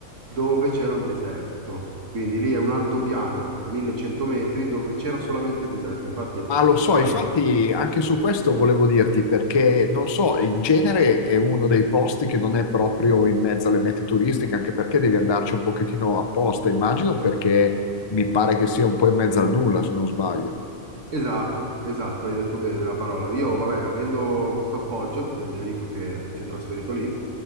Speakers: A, on the right (about 60°); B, on the left (about 45°).
A: dove c'era un deserto. Quindi lì è un altopiano a 1100 metri dove c'era solamente deserto. Infatti
B: Ma lo so,
A: poi
B: infatti anche su questo volevo dirti perché non so, in genere è uno dei posti che non è proprio in mezzo alle mete turistiche, anche perché devi andarci un pochettino apposta, immagino, perché mi pare che sia un po' in mezzo al nulla, se non sbaglio.
A: Esatto, esatto, hai detto bene la parola. Io, vabbè, avendo questo appoggio del mio amico che si è trasferito lì,